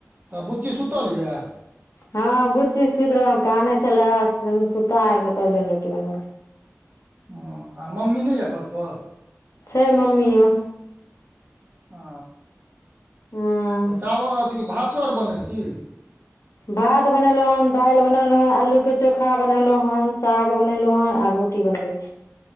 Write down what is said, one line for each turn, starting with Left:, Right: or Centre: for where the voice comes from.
Right: तऽ बुच्ची सुतल यैंऽ।
Left: हँ बुच्ची सुति रहल काने छलाय, सुता के तहन एलिये हे रोटी बनब।
Right: ह आ मम्मी नहि यऽ घर पर।
Left: छै मम्मीयो।
Right: आ
Left: हूँ
Right: तऽ चावल अथि भातो अर बनलै की।
Left: भात बनेलो हन, दालि बनेलो हन, आलू के चोखा बनेलो हन, साग बनेलो हन आब रो टी बनबै छी।